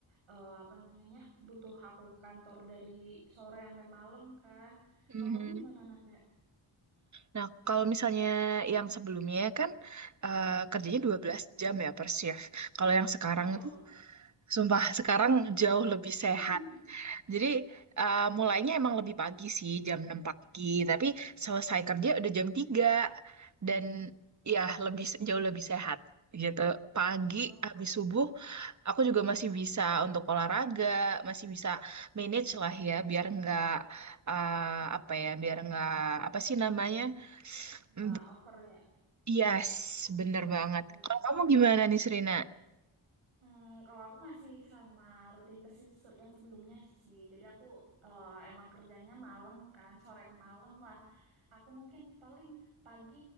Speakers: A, on the right (about 80°); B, on the right (about 35°).
A: eh, apa namanya butuh aku ke kantor dari sore sampai malam kan.
B: Mhm.
A: Kalau kamu gimana Nanda?
B: Nah, kalau misalnya yang sebelumnya kan eh, kerjanya 12 jam ya per shift. Kalau yang sekarang
A: Wow.
B: itu sumpah sekarang jauh lebih sehat.
A: <laughs>
B: Jadi eh, mulainya emang lebih pagi sih jam 6 pagi, tapi selesai kerja udah jam 3 dan ya lebih jauh lebih sehat gitu. Pagi
A: Oh.
B: habis subuh aku juga masih bisa untuk olahraga, masih bisa manage lah ya biar nggak eh, apa ya, biar nggak apa sih namanya?
A: Wah,
B: Mm,
A: over ya.
B: Yes, bener banget.
A: Hmm.
B: Kalau kamu gimana nih Serena?
A: Hmm, kalau aku masih sama rutinitas se- yang sebelumnya sih. Jadi aku eh, emang kerjanya malam kan, sore ke malam lah. Aku mungkin paling pagi